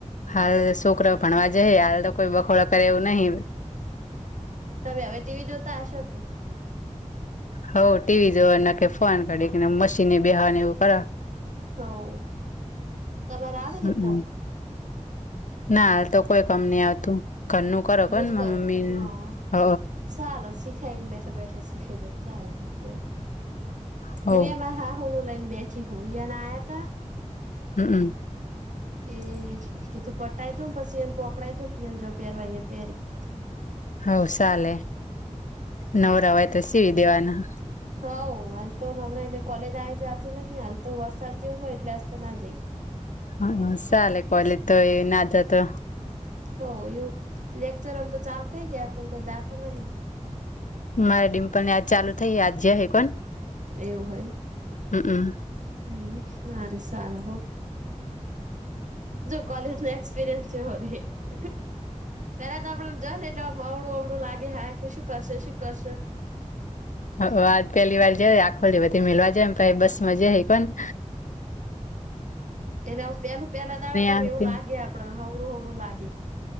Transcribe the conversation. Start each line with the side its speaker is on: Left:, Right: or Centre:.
Left: હાલ શોકરાવ ભણવા જાય હાલ તો કોઈ બખોડા કરે એવું નહી.
Right: તમે હવે ટીવી જોતા હશો કે
Left: હો ટીવી જોવા નકે ફોન કાડી કેને મશીનની બેસવા એવું કર
Right: હવ તમારે આવે
Left: હમમ
Right: હે કોણ
Left: ના હાલ તો કોઈ કામ નહી આવતું ઘરનું કરો કો ને
Right: જ કરો
Left: મમ્મી
Right: હા
Left: હ
Right: ચાલો શીખાઈને બેઠા બેઠા શીખાય છે ચાલો હાચી વાત
Left: હવ
Right: હું એમારા હાહુ નું લઈને બેઠી હોઉ ને <unintelligible> આયાતા
Left: હમ્મ હમ્મ
Right: <unintelligible>
Left: હવ ચાલે નવરા હોય તો સિવિ દેવાના
Right: હઉ હાલ તો નવરા એલે કોલેજ આવી જતી નહી હાલ તો વરસાદ જેવું હોય એટલે આજ તો ના જઈ
Left: હા સાલે કોલેજ તો એ ના જતો
Right: હો એવું લેક્ચર અમ તો ચાલુ થય ગ્યા પન કોઈ જાતું નહી
Left: મારે ડિમ્પલ ને આજ ચાલુ થઇ આજ જ હે કોણ
Right: એવું હોય
Left: હમ્મ હમ્મ
Right: હમ્મ, સારુ <unintelligible> કોલેજ નો એક્સપીરયન્સ ચેવો રેય પેલા તો આપડને જ ને એટલે અવડું અવડું લાગે હા કે શું કરશે શું કરશે
Left: હ આજ પેલી વાર જઈ આખો બધી મેલવા જાય એમ <unintelligible> બસમાં જઈ પણ
Right: એલે પેલું પેલા દાડા તમે
Left: આવતી
Right: એવું લાગે આપણા હવળું હવડું લાગે